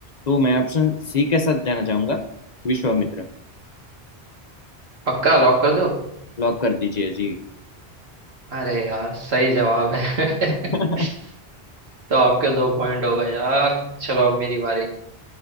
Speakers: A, on the left; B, on the right.
A: तो मैं ऑप्शन सी के साथ जाना चाहूंगा विश्वामित्र
B: पक्का लॉक कर दो
A: लॉक कर दीजिए जी
B: अरे यार सही जवाब है
A: <laughs>
B: <laughs> तो आपके दो पॉइंट हो गए यार चलो अब मेरी बारी